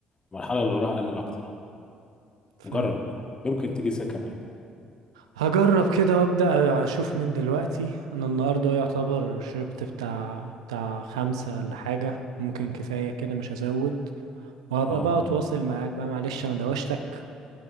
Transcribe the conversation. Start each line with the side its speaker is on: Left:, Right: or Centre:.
Left: المرحله اللي وراها قلل اكتر
Right: فاهم
Left: جرب كده يمكن تيجي سكه معاك
Right: هجرب كده وابدا اشوف من دلوقتي انا النهارده يعتبر شربت بتاع بتاع خمسة ولا حاجة ممكن كفاية كده مش هزود وهبقى
Left: اه
Right: بقى اتواصل معاك بقى معلش انا دوشتك